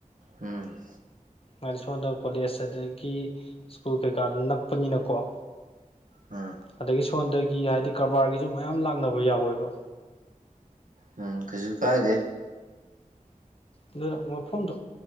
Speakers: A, on the right; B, on the left.
A: ꯎꯝ
B: ꯃꯥꯅꯤ ꯁꯣꯟꯗ ꯀꯣꯂꯦꯖ ꯑꯗꯒꯤ ꯁ꯭ꯀꯨꯜ ꯀꯩꯀꯥ ꯅꯛꯄꯅꯤꯅꯀꯣ
A: ꯎꯝ
B: ꯑꯗꯒꯤ ꯁꯣꯟꯗꯒꯤ ꯍꯥꯏꯗꯤ ꯀꯔꯕꯥꯔꯒꯤꯁꯨ ꯃꯌꯥꯝ ꯂꯥꯛꯅꯕ ꯌꯥꯎꯋꯦꯕ
A: ꯎꯝ ꯀꯩꯁꯨ ꯀꯥꯏꯗꯦ
B: ꯑꯗꯨꯅ ꯃꯐꯝꯗꯣ